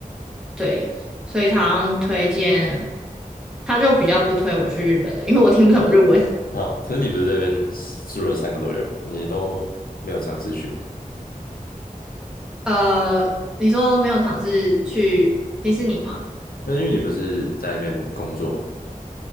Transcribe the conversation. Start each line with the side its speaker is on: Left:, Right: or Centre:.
Centre: 对，所以他好像推荐，他就比较不推我去日本的，因为我听不懂日文。<laughs>
Left: 好，可是你不是在那边住了三个多月吗你都没有尝试去吗？
Centre: 呃，你说没有尝试去迪士尼吗？
Left: 那因为你不是在那边工作嘛。